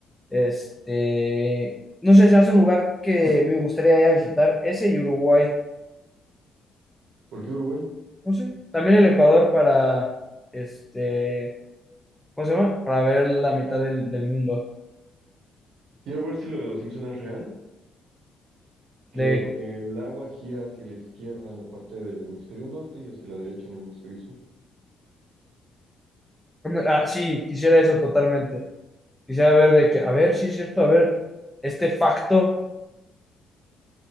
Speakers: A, in the centre; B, on the right (about 80°).
A: Este, no sé, se hace un lugar que me gustaría ir a visitar, ese y Uruguay,
B: ¿Por qué Uruguay?
A: no sé, también el Ecuador para, este, ¿cómo se llama? Para ver la mitad del, del mundo.
B: Quiero ver si lo de los Simpson es real, que
A: De,
B: el agua gira hacia la izquierda en la parte del hemisferio norte y hacia la derecha en el hemisferio sur.
A: ah, sí, quisiera eso totalmente. Quisiera ver de que, a ver, sí es cierto, a ver, este facto,